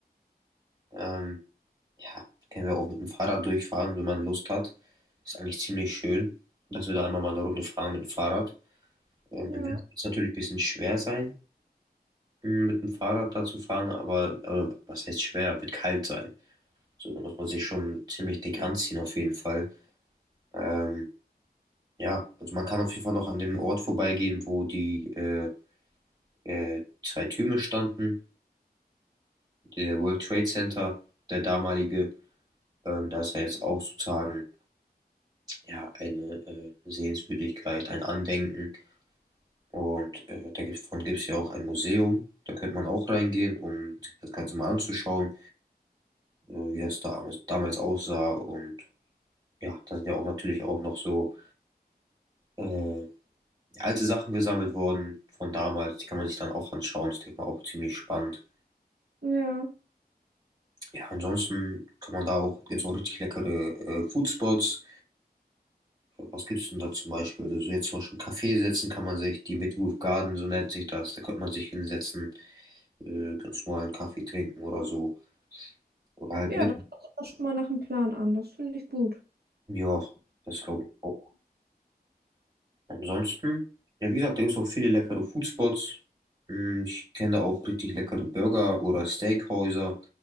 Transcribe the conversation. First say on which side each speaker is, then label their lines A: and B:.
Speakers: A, on the right (about 25°); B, on the right (about 75°).
A: Ähm, ja, können wir auch mit dem Fahrrad durchfahren, wenn man Lust hat. Ist eigentlich ziemlich schön, dass wir da einmal mal eine Runde fahren mit dem Fahrrad. Ähm,
B: Ja,
A: Im Winter wird es natürlich ein bisschen schwer sein, m, mit dem Fahrrad da zu fahren, aber, aber was heißt schwer? Wird kalt sein. So, da muss man sich schon ziemlich dick anziehen, auf jeden Fall. Ähm, ja, also man kann auf jeden Fall noch an dem Ort vorbeigehen, wo die äh, äh, zwei Türme standen. der World Trade Center, der damalige, ähm, da ist ja jetzt auch sozusagen ja, eine äh, Sehenswürdigkeit, ein Andenken. Und äh, davon gibt es ja auch ein Museum. Da könnte man auch reingehen, um das Ganze mal anzuschauen, äh, wie das da damals, damals aussah. Und ja, da sind ja auch natürlich auch noch so äh, alte Sachen gesammelt worden von damals. Die kann man sich dann auch anschauen. Das denke ich mal auch ziemlich spannend.
B: ja.
A: Ja, ansonsten kann man da auch, gibt es auch richtig leckere äh, Foodspots. Was gibt's denn da zum Beispiel? Also so jetzt zum Beispiel einen Kaffee setzen kann man sich, die Midwoof Garden, so nennt sich das, da könnte man sich hinsetzen, äh, ganz normalen Kaffee trinken oder so. Oder halt
B: Ja,
A: mit,
B: das hört sich doch schon mal nach einem Plan an. Das finde ich gut.
A: ja, das glaube ich auch. Ansonsten, ja wie gesagt, da gibt's auch viele leckere Foodspots. Hm, Ich kenne da auch richtig leckere Burger oder Steakhäuser.